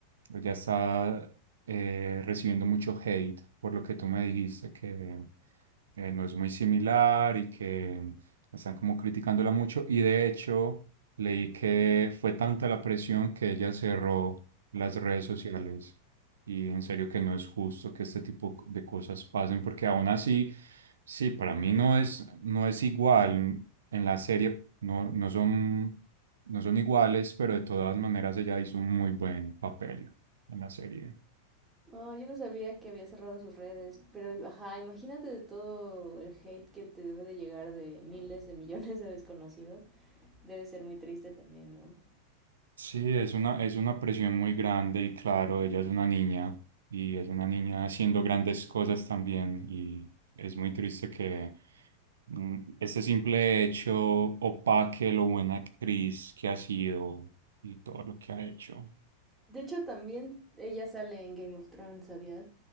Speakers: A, on the right (about 65°); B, on the right (about 15°).
A: ya está eh, recibiendo mucho hate por lo que tú me dijiste, que eh, no es muy similar y que están como criticándola mucho. Y de hecho leí que fue tanta la presión que ella cerró las redes sociales. Y en serio que no es justo que este tipo de cosas pasen, porque aún así, sí, para mí no es, no es igual. En la serie no, no son, no son iguales, pero de todas maneras ella hizo un muy buen papel en la serie.
B: No, yo no sabía que había cerrado sus redes, pero ajá, imagínate de todo el hate que te debe de llegar de miles de millones de desconocidos. Debe ser muy triste también, ¿no?
A: Sí, es una, es una presión muy grande y claro, ella es una niña y es una niña haciendo grandes cosas también y es muy triste que mm, este simple hecho opaque lo buena actriz que ha sido y todo lo que ha hecho.
B: De hecho, también ella sale en Game of Thrones, ¿sabías?